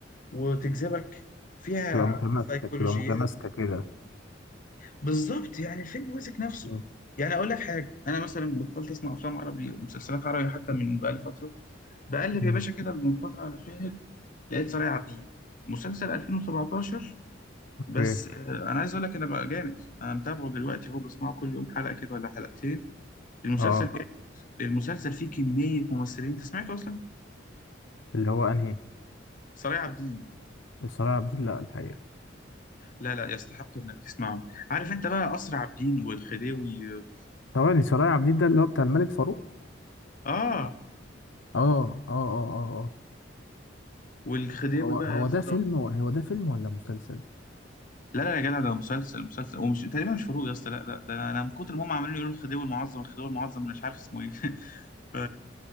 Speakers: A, on the left (about 45°); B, on the left (about 80°).
A: وتجذبك فيها
B: تبقى متماسكه
A: سيكولوجيات
B: بتبقى متماسكه كده
A: بالظبط يعني الفيلم ماسك نفسه
B: مم.
A: يعني أقول لك حاجة أنا مثلا بطلت أسمع أفلام عربي ومسلسلات عربي حتى من بقالي فترة بقلب
B: مم.
A: يا باشا كده من فترة على فيلم لقيت صالح عابدين مسلسل 2017
B: اوكي
A: بس آه، انا عايز اقول لك انا بقى جامد انا متابعه دلوقتي هو بسمعه كل يوم حلقه كده ولا حلقتين المسلسل
B: اه
A: المسلسل فيه كميه ممثلين انت سمعته اصلا
B: اللي هو انهي
A: صالح عابدين
B: صلاح عبد الدين لا الحقيقه
A: لا لا يستحق انك تسمعه عارف انت بقى اسرع عابدين والخديوي و-
B: ثواني صلاح عبد الدين ده اللي هو بتاع الملك فاروق
A: اه
B: اه اه اه اه اه
A: والخديوي
B: هو
A: بقى
B: هو
A: يا اسطى
B: ده فيلم
A: و-
B: و- هو ده فيلم ولا مسلسل
A: لا لا يا جدع ده مسلسل مسلسل ومش تقريبا مش فاروق يا اسطى لا لا ده انا أنا من كتر ما هم عمالين يقولوا الخديوي المعظم الخديوي المعظم انا مش عارف اسمه ايه <laughs> ف